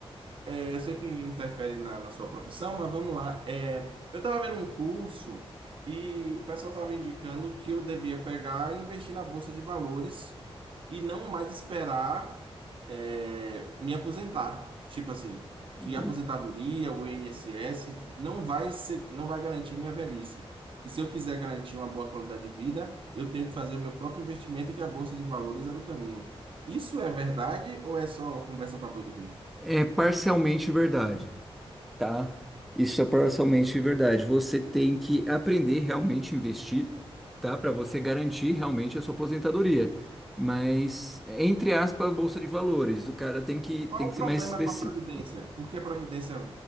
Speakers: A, on the right; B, in the centre.
A: É, eu sei que interfere na, na sua profissão, mas vamos lá. É, eu estava vendo um curso e o pessoal estava indicando que eu devia pegar e investir na bolsa de valores e não mais esperar é, me aposentar. Tipo assim, que
B: E
A: a aposentadoria, o INSS, não vai ser, não vai garantir minha velhice. Que se eu quiser garantir uma boa qualidade de vida, eu tenho que fazer o meu próprio investimento e que a bolsa de valores é o caminho. Isso é verdade ou é só conversa para boi dormir?
B: É parcialmente verdade. Tá, isso é parcialmente verdade. Você tem que aprender realmente a investir, tá? Para você garantir realmente a sua aposentadoria. Mas, entre aspas, bolsa de valores, o cara tem que,
A: Qual
B: tem que
A: o problema
B: ser mais específico.
A: com a Previdência? Por que a Previdência